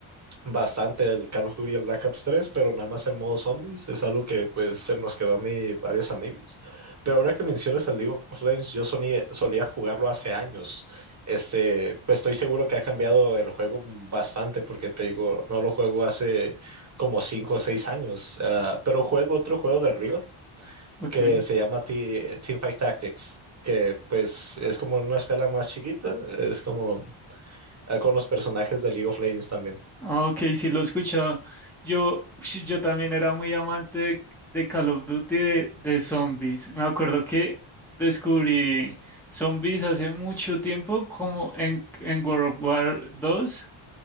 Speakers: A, on the right; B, in the centre.
A: bastante el Call of Duty y el Black Ops 3, pero nada más el modo zombies es algo que pues se nos quedó a mí varios amigos. Pero ahora que mencionas el League of Legends, yo sonía- solía jugarlo hace años. Este, pues estoy seguro que ha cambiado el juego bastante porque te digo, no lo juego hace como 5 o 6 años, Ah,
B: S-
A: pero juego otro juego de Riot
B: Ok.
A: que se llama Te- Teamfight Tactics. que pues es como en una escala más chiquita, es como ah, con los personajes de League of Legends también.
B: Ah, ok, sí lo he escuchado. Yo, sí, yo también era muy amante de, de Call of Duty de, de zombies. Me acuerdo que descubrí zombies hace mucho tiempo, como en, en World of War 2.